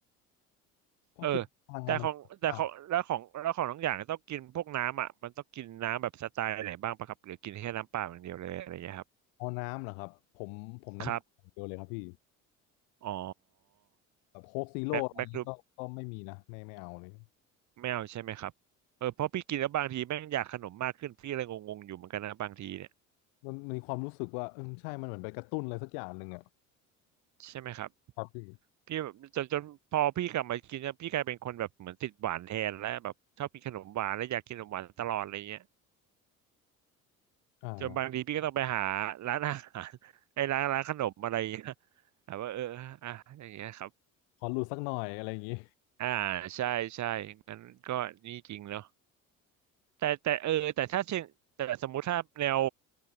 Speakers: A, on the left; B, on the right.
A: เพราะกินพลังงานมันอ่า
B: เออแต่ของแต่ของแล้วของแล้วของน้องอย่างต้องกินพวกน้ำอ่ะมันต้องกินน้ำแบบสไตล์ไหนบ้างปะครับหรือกินแค่น้ำเปล่าอย่างเดียวเลยอะไรอย่างเงี้ยครับ
A: เอาน้ำเหรอครับผมผมน้ำเปล่าอย่างเดียวเลยครับพี่
B: ครับอ๋อ
A: แบบโค้กซีโร่อะไรนี้ก็ก็ไม่มีนะไม่ไม่เอาเลย
B: แบ็คแบ็ครูปไม่เอาใช่ไหมครับเออเพราะพี่กินแล้วบางทีแม่งอยากขนมมากขึ้นพี่เลยงงๆอยู่เหมือนกันนะบางทีเนี่ย
A: มันมีความรู้สึกว่าเออใช่มันเหมือนไปกระตุ้นอะไรสักอย่างหนึ่งอ่ะ
B: ใช่ไหมครับ
A: ครับพี่
B: พี่แบบจนจนพอพี่กลับมากินเนี่ยพี่กลายเป็นคนแบบเหมือนติดหวานแทนแล้วแบบชอบกินขนมหวานแล้วอยากกินขนมหวานตลอดอะไรเงี้ย
A: อ่า
B: จนบางทีพี่ก็ต้องไปหาร้านอาหาร <laughs> ไอ้ร้านร้านขนมอะไรอย่างเงี้ย <laughs> แบบว่าเอออ่ะอย่างเงี้ยครับ
A: ขอหลุดสักหน่อยอะไรอย่างนี้
B: อ่าใช่ใช่งั้นก็นี่จริงเนาะแต่แต่เออแต่ถ้าเชิงแต่สมมุติถ้าแนว